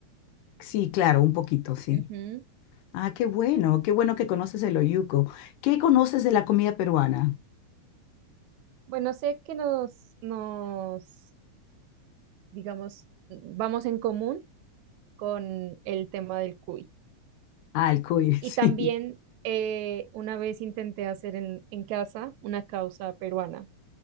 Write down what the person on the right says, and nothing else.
Ujú.
Bueno, sé que nos, nos digamos, vamos en común con el tema del cuy.
Y
también eh, una vez intenté hacer en, en casa una causa peruana.